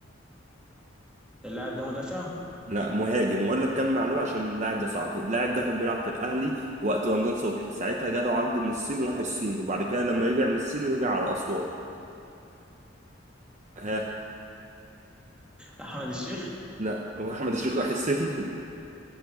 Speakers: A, in the centre; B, on the right.
A: اللاعب ده مدافع
B: لا مهاجم واقول لك كم معلومه عشان اللاعب ده صعب اللاعب ده كان بيلعب في الاهلي وقت رمضان صبحي ساعتها جاله عقد من الصين وراح الصين وبعد كده لما رجع من الصين رجع على اسوان ها
A: احمد الشيخ
B: لا هو احمد الشيخ راح الصين <laughs>